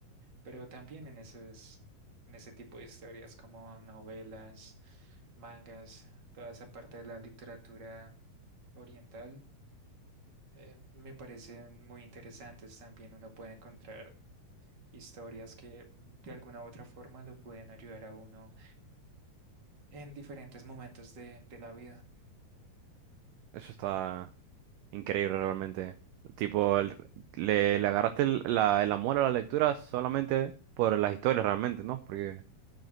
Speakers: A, on the right; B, on the right.
A: Pero también en esos, en ese tipo de historias como novelas, mangas, toda esa parte de la literatura oriental, eh, me parecen muy interesantes también. Uno puede encontrar historias que de alguna u otra forma lo pueden ayudar a uno en diferentes momentos de, de la vida.
B: Eso está increíble realmente. Tipo, el- le, le agarraste el, la, el amor a la lectura solamente por las historias realmente, ¿no? Porque